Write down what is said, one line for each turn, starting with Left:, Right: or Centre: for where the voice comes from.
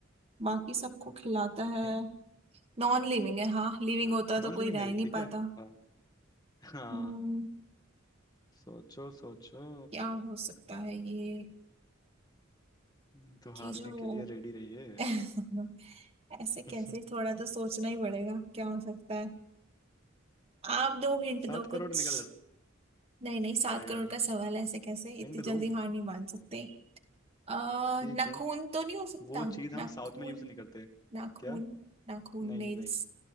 Right: बाकी सबको खिलाता है
Left: हि-
Right: नॉन लिविंग है हाँ लिविंग
Left: हाँ
Right: होता
Left: नॉन
Right: तो
Left: लिविंग
Right: कोई रह
Left: है
Right: ही
Left: ये
Right: नहीं
Left: ठीक
Right: पाता
Left: है हाँ हाँ
Right: हम्म
Left: सोचो सोचो
Right: क्या हो सकता है ये
Left: नहीं तो हारने
Right: कि जो
Left: के लिए रेडी रहिए
Right: <laughs> ऐसे
Left: <laughs>
Right: कैसे थोड़ा तो सोचना ही पड़ेगा क्या हो सकता है आप दो हिंट
Left: सात
Right: दो कुछ
Left: करोड़ निकल
Right: नहीं नहीं सात
Left: जाएगा
Right: करोड़ का सवाल है ऐसे कैसे इतनी
Left: हिंट
Right: जल्दी
Left: दूं
Right: हार नहीं मान सकते अ
Left: ठीक
Right: नाखून
Left: है
Right: तो नहीं हो सकता
Left: वो चीज हम
Right: नाखून
Left: साउथ में यूज नहीं करते
Right: नाखून
Left: क्या
Right: नाखून
Left: नहीं
Right: नेल्स
Left: नहीं